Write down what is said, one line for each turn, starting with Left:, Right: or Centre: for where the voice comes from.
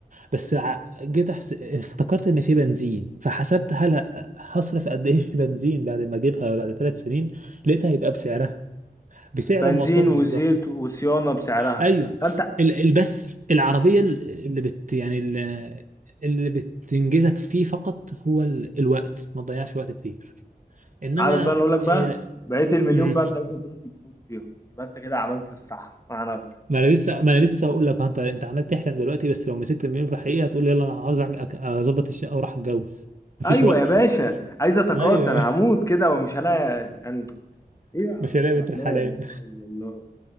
Right: بس ع- جيت أحس... افتكرت ان في بنزين فحسبت هل ه- هصرف قد ايه في بنزين بعد ما اجيبها بعد ثلاث سنين لقيتها هيبقى بسعرها بسعر
Left: بنزين
Right: المواصلات بالظبط
Left: وزيت وصيانه بسعرها
Right: ايوه
Left: فانت
Right: ال... ال- بس العربيه ال- اللي بت يعني ال- اللي بتنجزك فيه فقط هو ال... الوقت ما تضيعش وقت كتير انما
Left: عارف بقى انا اقول لك بقى
Right: ال...
Left: بقيت المليون
Right: مم.
Left: بقى انت ممكن تروح تتجوز فيهم يبقى انت كده عملت الصح مع نفسك
Right: ما انا لسه ما انا لسه هقول لك ها انت انت عمال تحلم دلوقتي بس لو مسكت المليون في الحقيقه هتقول يلا انا عاوز اعمل أك- اظبط الشقه واروح اتجوز مفيش
Left: ايوه
Right: وقت
Left: يا باشا
Right: <laughs>
Left: عايز اتكاثر
Right: ايوه
Left: هموت كده ومش هلاقي يعني ايه يا عبد
Right: مش هلاقي
Left: الرحمن
Right: بنت الحلال
Left: لا اله الا الله